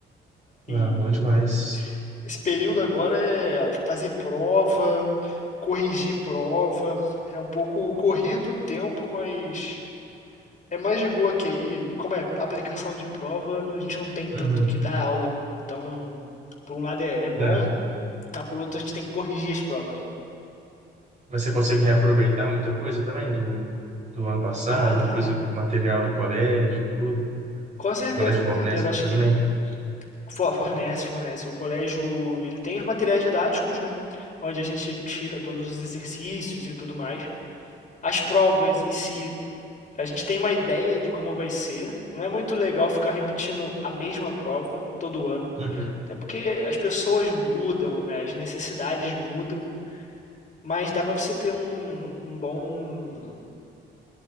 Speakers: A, on the right (about 35°); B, on the left (about 40°).
A: Ah,
B: E
A: bom demais.
B: esse período agora é fazer prova, corrigir prova, é um pouco corrido o tempo, mas é mais de boa que aí, como é aplicação de prova, não- a gente não tem tanto
A: Uhum.
B: que dar aula. Então, por um lado é, é bom,
A: É.
B: mas por outro a gente tem que corrigir as provas, né?
A: Mas você consegue
B: Mas,
A: reaproveitar muita coisa também do, do ano passado,
B: ah, dá.
A: coisa do material do colégio, tudo?
B: Com
A: O
B: certeza,
A: colégio
B: com
A: fornece
B: certeza.
A: para
B: Acho
A: você
B: que
A: também?
B: fo- fornece, fornece. O colégio, ele tem os materiais didáticos, né? Onde a gente tira todos os exercícios e tudo mais. As provas em si, a gente tem uma ideia de como vai ser. Não é muito legal ficar repetindo a mesma prova todo ano,
A: Uhum.
B: até porque as pessoas mudam, né? As necessidades mudam, mas dá para você ter um, um bom,